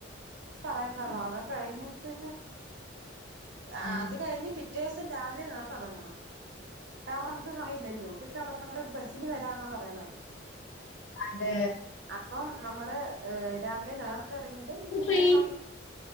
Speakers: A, on the right; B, on the left.
A: പറയണ്ടാര്ന്നു അത് കഴിഞ്ഞിട്ട് അഹ് ആഹ്
B: ഉം.
A: അത് കഴിഞ്ഞ് പിറ്റേ ദിസം രാവിലെ നേർത്തെ എറെങ്ങണം കാറ്ണം നമുക്ക് സമയില്ലല്ലോ ഉച്ചക്ക് അവിടെന്നങ്ങട് ബെസിന് വെരാന്നാ പറയ്ണത്
B: അതേ
A: അപ്പം നമ്മള് രാവിലെ നേർത്തെ എറെങ്ങീട്ട് പിന്നേം
B: ട്രെയിൻ
A: നമുക്ക്